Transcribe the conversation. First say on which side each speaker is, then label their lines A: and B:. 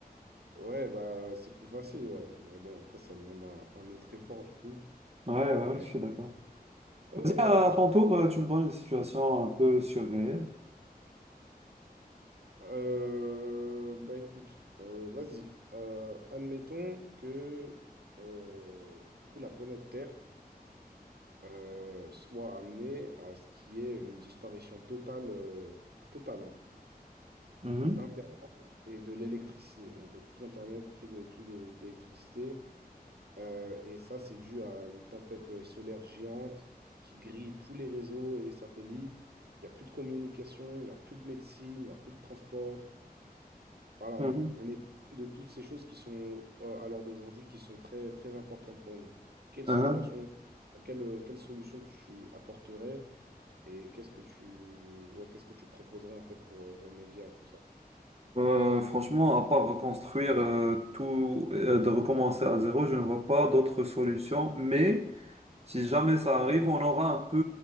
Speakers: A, on the right; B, on the right.
A: Ouais, bah c'est plus facile, ouais. Mais bon, après, ça demande un, un autre effort, du coup.
B: Ouais, ouais,
A: Mais
B: ouais, je suis d'accord.
A: mais
B: Vas-y,
A: ouais, ouais,
B: à
A: après. je-
B: ton tour, euh, tu me donnes une situation un peu surréelle.
A: Euh, bah écoute, euh, vas-y. Euh, admettons que, euh, du coup, la planète Terre euh, soit amené à ce qu'il y ait une disparition totale, euh, totale hein,
B: Mhm,
A: d'Internet et de l'électricité. Donc euh, plus d'Internet, plus de, plus de- d'électricité. Euh, et ça, c'est dû à une tempête euh, solaire géante qui grille tous les réseaux et les satellites. Il n'y a plus de communication, il n'y a plus de médecine, il n'y a plus de transport. Voilà,
B: mhm,
A: on, on est privé de toutes ces choses qui sont euh, à l'heure d'aujourd'hui, qui sont très, très importantes pour nous. Quelle
B: hein.
A: situation, quelle, euh, quelle solution tu apporterais? Et qu'est-ce que tu, ouais, qu'est-ce que tu proposerais en fait pour euh, remédier à tout ça?
B: Euh, franchement, à part reconstruire euh, tout, euh, de recommencer à zéro, je ne vois pas d'autre solution. Mais Si jamais ça arrive, on aura un peu,